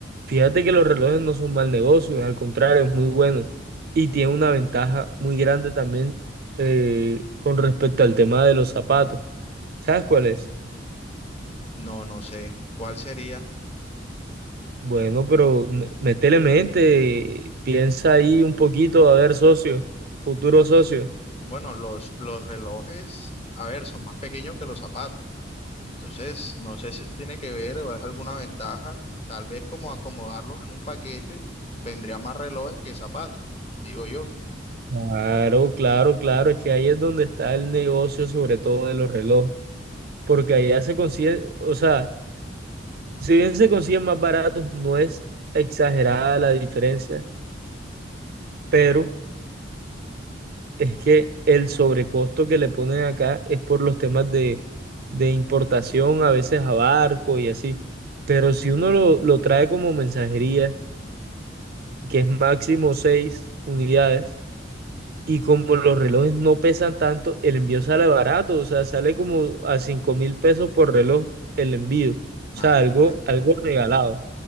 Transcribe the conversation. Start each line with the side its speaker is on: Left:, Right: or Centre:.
Right: Fíjate que los relojes no son mal negocio, al contrario, es muy bueno y tiene una ventaja muy grande también eh, con respecto al tema de los zapatos. ¿Sabes cuál es?
Left: No, no sé. ¿Cuál sería?
Right: Bueno, pero m- métele mente, piensa ahí un poquito, a ver, socio, futuro socio.
Left: Bueno, los, los relojes, a ver, son más pequeños que los zapatos. Entonces, no sé si eso tiene que ver o es alguna ventaja. Tal vez como acomodarlos en un paquete, vendría más relojes que zapatos, digo yo.
Right: Claro, claro, claro, es que ahí es donde está el negocio, sobre todo de los relojes, porque allá se consiguen, o sea, si bien se consiguen más baratos, no es exagerada la diferencia pero es que el sobrecosto que le ponen acá es por los temas de, de importación, a veces a barco y así. Pero si uno lo, lo trae como mensajería, que es máximo seis unidades, y como los relojes no pesan tanto, el envío sale barato, o sea, sale como a cinco mil pesos por reloj el envío. O
Left: Imagínate.
Right: sea, algo, algo regalado,